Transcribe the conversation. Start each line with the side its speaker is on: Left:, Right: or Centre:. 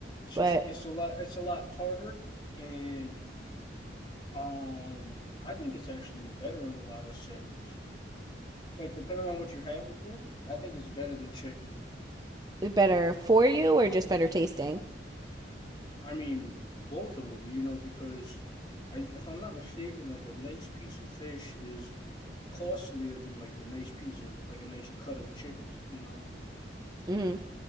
Left: It's
Right: but
Left: just it's a lot it's a lot tartar and Um, I think it's actually better in a lot of settings. Like depending on what you have it with, I think it's better than chicken.
Right: better for you or just better tasting.
Left: I mean, both of them, you know, because I, if I'm not mistaken, like a nice piece of fish is costlier than like a nice piece of like a nice cut of chicken, you know.
Right: hmm